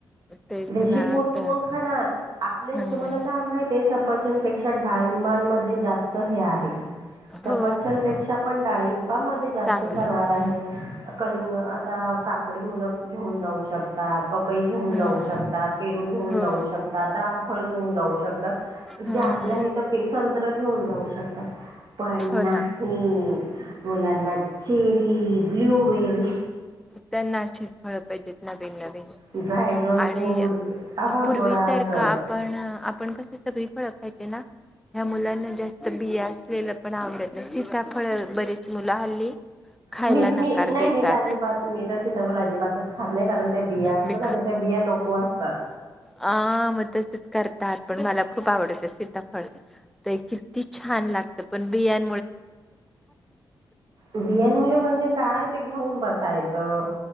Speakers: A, in the centre; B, on the right.
A: तेच
B: देशी
A: ना
B: फूड
A: असं
B: कोण खाणार? आपले
A: हम्म
B: तुम्हाला सां माहित आहे सफरचंपेक्षा डाळबांमध्ये जास्त हे आहे सपरचंपेक्षा
A: हो
B: पण डाळिबामध्ये जास्त
A: चांगलं
B: सरवार आहे
A: हम्म
B: कलिंग आता काकडी मुलक घेऊन जाऊ शकतात पपई घेऊन जाऊ
A: हम्म
B: शकतात शकतात पेरू घेऊन
A: हो
B: जाऊ शकतात रामफळ घेऊन जाऊ शकतात
A: हम्म
B: जे आपल्या तर संत्र घेऊन जाऊ शकतात पण
A: हो
B: नाही
A: ना
B: बोला ना चेरी ब्लूबेरी
A: त्यांना अशीच फळ पाहिजेत नवीन नवीन
B: ड्रॅगन
A: आणि
B: फ्रूट्स, आवाकोडा
A: पूर्वीसारख
B: असं
A: आपण आपण कस सग फळाय ना ह मुलांना जात बिया असलेलं पण आवतत नाही सीताफळ बरीेच मुलं हल्ली खायला
B: मी मी
A: नकार
B: नाही
A: देतात
B: मी तर अजिबात मी तर सीताफळ अजिबातच खात नाही कारण त्या बिया असतात
A: मी
B: आणि त्या बिया नको असतात
A: ह मग तसेच करतात पण मला खूप आवडत सीता ते किती छान लागत पण, बियां
B: बियां मुळे म्हणजे काय? ते घेऊन बसायचं.